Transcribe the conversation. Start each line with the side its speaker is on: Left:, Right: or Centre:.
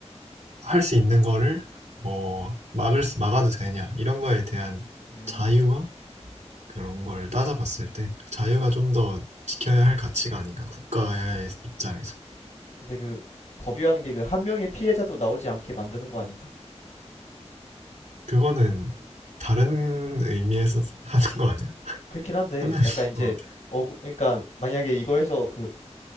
Right: 할 수 있는 거를 뭐, 막을 수, 막아도 되냐, 이런 거에 대한
Left: 음,
Right: 자유와 그런 걸 따져봤을 때, 자유가 좀 더 지켜야 할 가치가 아닌가, 국가의 입장에서.
Left: 근데 그 법이라는 게 그 한 명의 피해자도 나오지 않게 만드는 거 아닌가?
Right: 그거는 다른 의미에서 <laughs> 하는 거 아니야?
Left: 그렇긴 한데
Right: 한 명이
Left: 약간
Right: <laughs>
Left: 이제 어 그러니까 만약에 이거 해서 그